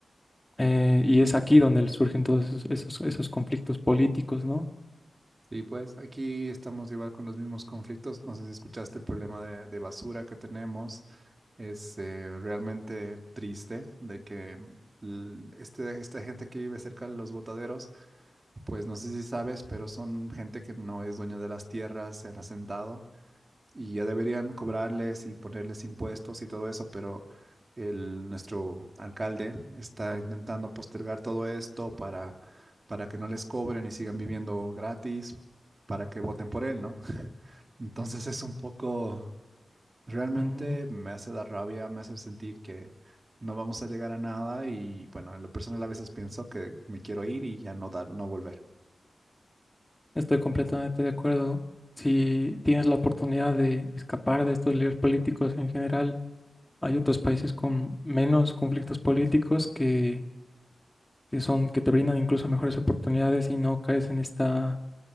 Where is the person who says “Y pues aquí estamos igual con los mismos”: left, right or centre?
Right